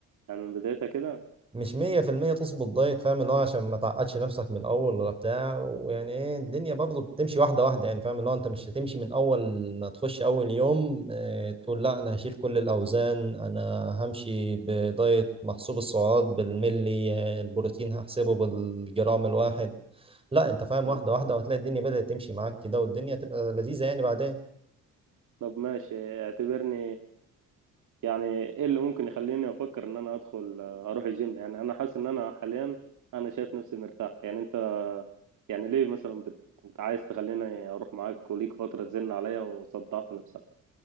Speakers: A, on the right; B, on the right.
A: يعني من بدايتها كده
B: مش مية في المية تظبط دايت فاهم اللي هو عشان ما تعقدش نفسك من الأول ولا بتاع ويعني ايه الدنيا برضه بتمشي واحدة واحدة يعني فاهم اللي هو أنت مش هتمشي من أول ما تخش أول يوم اه تقول لا أنا هشيل كل الأوزان أنا همشي بدايت محسوب السعرات بالملي آه، البروتين هحسبه بالجرام الواحد لا أنت فاهم
A: طب
B: واحدة واحدة وهتلاقي الدنيا بدأت تمشي معاك كده والدنيا تبقى لذيذة يعني بعدين
A: طب ماشي اعتبرني يعني ايه اللي ممكن يخليني افكر ان انا ادخل آه، اروح الجيم يعني انا حاسس ان انا حاليا انا شايف نفسي مرتاح يعني انت يعني ليه مثلا بت... انت عايز تخليني اروح معاك وليك فترة تزن عليا وصدعت نفسها